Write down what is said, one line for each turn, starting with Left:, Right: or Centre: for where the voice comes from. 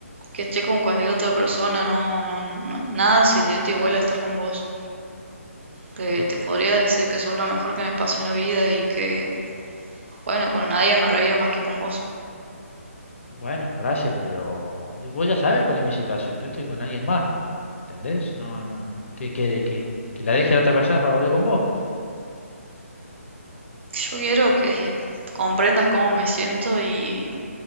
Right: que esté con cualquier otra persona, no, no, no- nada se siente igual a estar con vos. Te,
Left: Y
Right: te podría decir que sos lo mejor que me pasó en la vida y que Bueno, con nadie me reía más que con vos.
Left: bueno, gracias, pero vos ya sabes cuál es mi situación. Yo estoy con alguien más. ¿Entendés? No, no, no. ¿Qué quiere? ¿Que, que la deje a la otra persona para volver con vos?
Right: Yo quiero que comprendas cómo me siento y